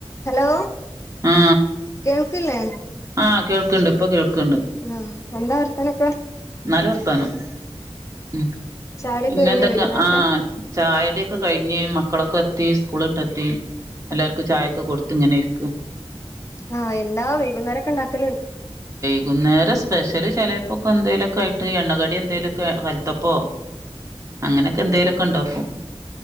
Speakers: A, on the left (about 30°); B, on the right (about 30°).
A: Hello
B: ആ
A: കേൾക്കില്ലേ
B: ആ കേൾക്ക്ണ്ട് ഇപ്പൊ കേൾക്കണ്ട്
A: ആ എന്താ വർത്താനൊക്ക
B: നല്ല വർത്തനം ഉം
A: ചായുടിയൊക്കെ
B: പിന്നെ
A: കഴിഞ്ഞോ
B: എന്തൊക്കെ
A: വൈകുന്നേരത്തെ
B: ആ ചായൊടി കഴിഞ്ഞ് മക്കളൊക്കെ എത്തി സ്കൂൾ ഇട്ടെത്തി എല്ലാർക്കും ക്ചായൊക്കെ കൊടുത്ത് ഇങ്ങനെ ഇരിക്കാ
A: ആ എന്താ വൈകുന്നേര ഒക്കെ ണ്ടാക്കല്
B: വൈകുന്നേരം സ്പെഷ്യല് ചിലപ്പോക്കെ എന്തെേലൊക്കെ ക്കായിയിട്ട് എണ്ണകടി എന്തേലും ക്കെ കലത്തപ്പോ അങ്ങനെയൊക്കെ എന്തെലൊക്കെ ണ്ടാക്കും